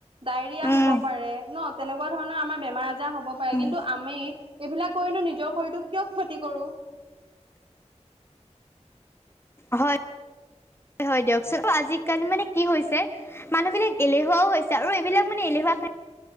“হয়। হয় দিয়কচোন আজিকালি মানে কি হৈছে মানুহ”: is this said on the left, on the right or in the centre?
Left